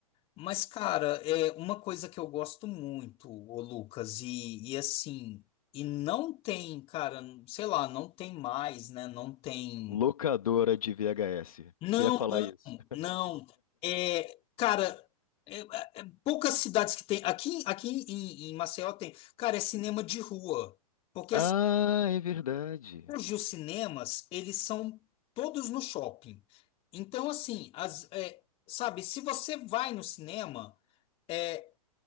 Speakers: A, on the left; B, on the left.
A: Mas, cara, é uma coisa que eu gosto muito, ô Lucas, e, e assim, e não tem, cara, sei lá, não tem mais, né? Não tem.
B: Locadora de VHS.
A: Não,
B: Você ia falar isso.
A: não. É, cara, é- é é poucas cidades que tem. Aqui, aqui em, em Maceió tem. Cara, é cinema de rua. Porque
B: Ah,
A: assim,
B: é verdade.
A: hoje os cinemas, eles são todos no shopping. Então, assim, as, é, sabe, se você vai no cinema. é,